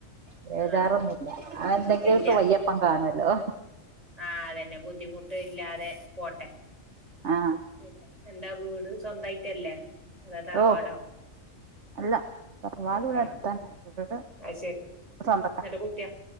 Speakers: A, on the right (about 60°); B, on the right (about 30°).
A: ബേജാറൊന്നുല്ല
B: ആഹ്
A: അത് ണ്ടെങ്കിപ്പ
B: ഇല്ല
A: വയ്യപ്പം ക്കാണോല്ലോ
B: ആഹ് അതന്നെ ബുദ്ധിമുട്ട് ഇല്ലാതെ പോട്ടെ
A: ആ
B: പിന്നെ എന്താ വീട് സ്വന്തയിട്ടല്ലേ അതാ തറവാടോ
A: ഓ അല്ല തറവാട് ഇവിടെ
B: ആഹ്
A: അടുത്ത് തന്നെ വീട്
B: അത് ശെരി
A: സ്വന്തക്കാ
B: എന്നിട്ട് കുട്ടിയ